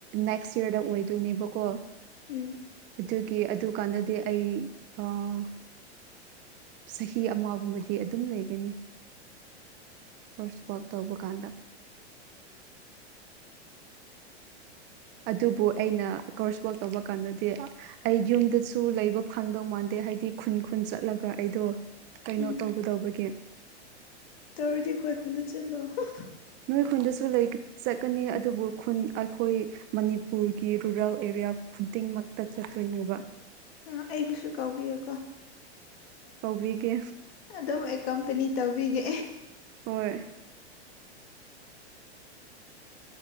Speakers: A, on the right (about 30°); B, on the left (about 65°).
A: ꯅꯦꯛꯁ ꯌꯔꯗ ꯑꯣꯏꯗꯣꯏꯅꯦꯕꯀꯣ
B: ꯎꯝ
A: ꯑꯗꯨꯒꯤ ꯑꯗꯨ ꯀꯥꯟꯗꯗꯤ ꯑꯩ ꯑꯥ ꯆꯥꯍꯤ ꯑꯃꯒꯨꯝꯕꯗꯤ ꯑꯗꯨꯝ ꯂꯩꯒꯅꯤ ꯀꯣꯁꯋꯥꯛ ꯇꯧꯕ ꯀꯥꯟꯗ ꯑꯗꯨꯕꯨ ꯑꯩꯅ ꯀꯣꯔꯁ ꯋꯛ ꯇꯧꯕ ꯀꯥꯟꯗꯗꯤ ꯑꯩ ꯌꯨꯝꯗꯁꯨ ꯂꯩꯕ ꯐꯪꯗꯧ ꯃꯥꯟꯗꯦ ꯍꯥꯏꯗꯤ ꯈꯨꯟ ꯈꯨꯟ ꯆꯠꯂꯒ ꯑꯩꯗꯣ ꯀꯩꯅꯣ
B: ꯎꯝ
A: ꯇꯧꯕꯗꯧꯕꯒꯤ
B: ꯇꯧꯔꯗꯤ ꯑꯈꯣꯏ ꯈꯨꯟꯗ ꯆꯠꯂꯣ ꯍꯥ ꯍꯥ
A: ꯅꯣꯏ ꯈꯨꯟꯗꯁꯨ ꯂꯩ ꯆꯠꯀꯅꯤ ꯑꯗꯨꯕꯨ ꯈꯨꯟ ꯑꯈꯣꯏ ꯃꯅꯤꯄꯨꯔꯒꯤ ꯔꯨꯔꯦꯜ ꯑꯦꯔꯤꯌꯥ ꯈꯨꯗꯤꯡꯃꯛꯇ ꯆꯠꯇꯣꯏꯅꯦꯕ
B: ꯑꯥ ꯑꯩꯕꯨꯁꯨ ꯀꯥꯎꯕꯤꯌꯨꯀꯣ
A: ꯀꯧꯕꯤꯒꯦ
B: ꯑꯗꯨꯝ ꯑꯩ ꯀꯝꯄꯅꯤ ꯇꯧꯕꯤꯒꯦ
A: ꯍꯣꯏ